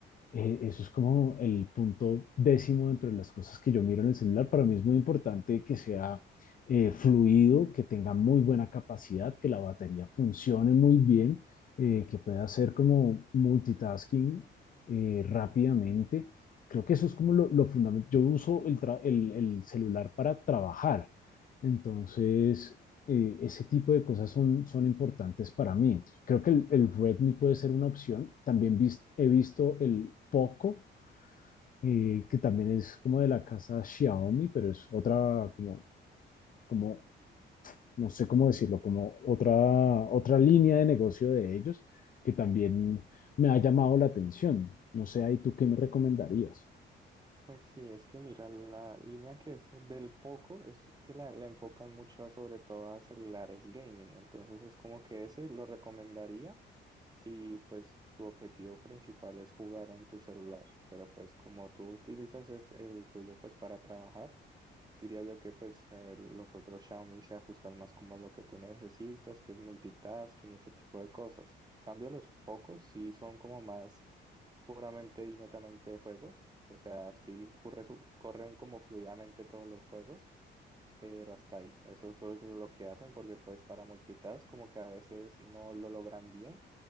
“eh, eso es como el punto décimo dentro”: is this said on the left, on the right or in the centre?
Left